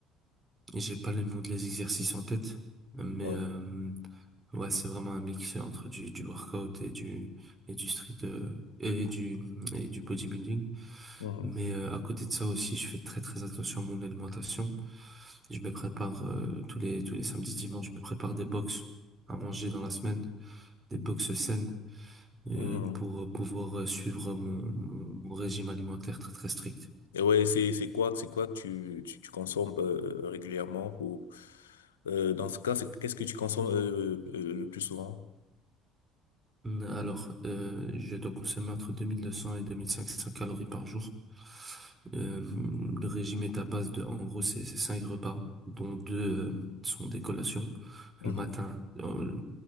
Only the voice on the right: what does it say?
j'ai pas le nom de les exercices en tête, mais
euh, ouais, c'est vraiment un mix entre du, du workout et du, et du street, euh, et du, et du bodybuilding.
Mais euh, à côté de ça aussi, je fais très très attention à mon alimentation. Je me prépare euh, tous les tous les samedis, dimanches, je me prépare des box à manger dans la semaine, des box saines euh,
pour euh, pouvoir euh, suivre mon, mon, mon régime alimentaire très très strict.
Hum, Alors, euh, je dois consommer entre deux deux mille deux cents et 2500 calories par jour. Euh, le régime est à base de, en gros, c'est c'est cinq repas, dont deux euh, sont des collations
le matin. euh,